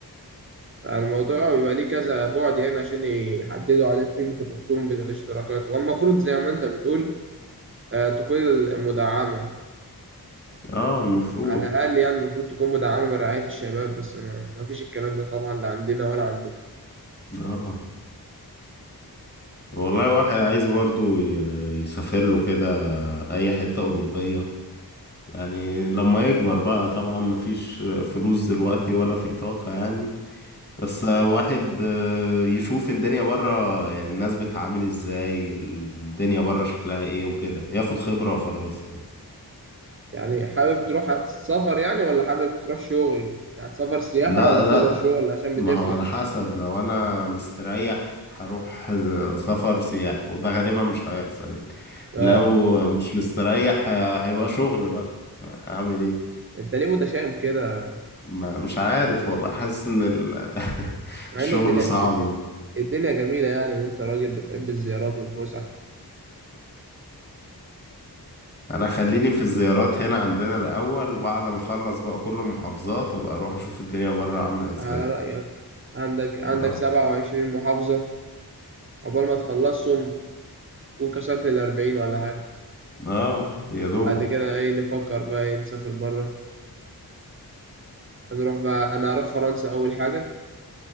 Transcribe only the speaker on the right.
فالموضوع بيبقى ليه كذا بعد يعني عشان يحددوا عليه قيمة الرسوم بين الاشتراكات هو المفروض زي ما انت بتقول آه، تكون المدعمة
على الأقل يعني المفروض تكون مدعمة برعاية الشباب بس ما ما فيش الكلام ده طبعا لا عندنا ولا عندكم
يعني حابب تروح هتسافر يعني ولا حابب تروح شغل يعني هتسافر سياحة
ولا سفر
شغل عشان
بتفرق
اه
انت ليه متشائم كده
مع
ان الدنيا
الد-
الدنيا جميلة يعني وانت راجل بتحب الزيارات والفسح
على رأيك عندك عندك
27 محافظة عقبال ما تخلصهم تكون كسرت ال 40 ولا حاجة
بعد كده ايه نفكر بقى ايه نسافر بره هنروح بقى انا هروح فرنسا اول حاجة